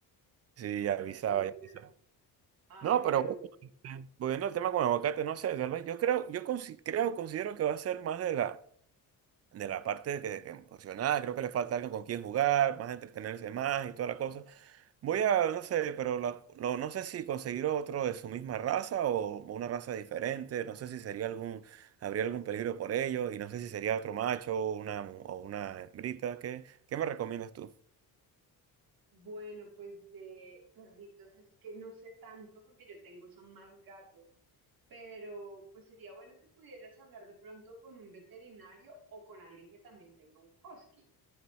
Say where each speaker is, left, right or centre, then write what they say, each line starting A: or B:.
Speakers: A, on the right (about 40°); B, on the right (about 60°).
A: Sí, ya
B: Ya
A: avisaba,
B: tiene
A: ya
B: claro.
A: avisaba.
B: Ay,
A: No, pero
B: pero
A: bueno,
B: bueno.
A: este, volviendo al tema con el aguacate, no sé, tal vez yo creo, yo consi- creo, considero que va a ser más de la, de la parte que, que emocionada, creo que le falta alguien con quien jugar, más entretenerse más y toda la cosa. Voy a, no sé, pero la- no, no sé si conseguir otro de su misma raza o una raza diferente, no sé si sería algún, habría algún peligro por ello y no sé si sería otro macho o una, mu- o una hembrita, ¿qué, qué me recomiendas tú?
B: Bueno, pues de perritos es que no sé tanto porque yo tengo son más gatos, pero pues sería bueno que pudieras hablar de pronto con un veterinario o con alguien que también tenga un husky